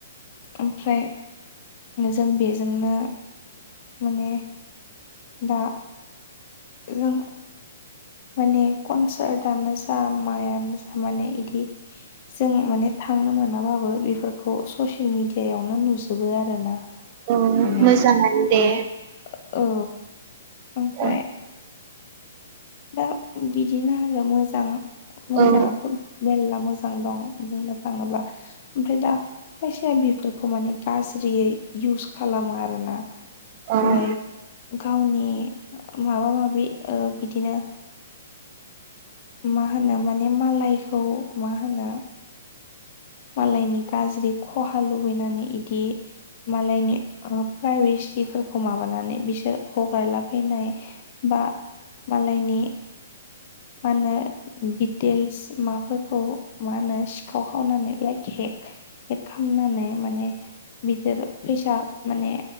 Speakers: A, on the left; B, on the right.
A: ओमफ्राय जों बेजोंनो माने दा जों माने कनसार्टनो जा माइआनो जा माने इदि जों माने थांनो मोनाबाबो बेफोरखौ ससियेल मेडियावनो नुजोबो आर ना
B: औ
A: माने
B: मोजाङानो दे
A: औ औ ओमफ्राय
B: औ
A: दा बिदिनो आरो मोजां मोजाङाथ'
B: औ
A: मेलला मोजां दं बुंनो थाङोब्ला ओमफ्राय दा खायसेया बेफोरखौ माने गाज्रियै इउस खालामो आरोना
B: औ
A: लाइक गावनि माबा माबि बिदिनो मा होनो माने मालायखौ मा होनो मालायनि गाज्रि खहा लुबैनानै इदि मालायनि प्राइभेसिफोरखौ माबानानै बिसोर हगारलाबायैनाय बा मालायनि मा होनो दिटेल्स माफोरखौ मा होनो सिखाव खावनानै लाइक हेक हेक खालामनानै माने बिसोर फैसा माने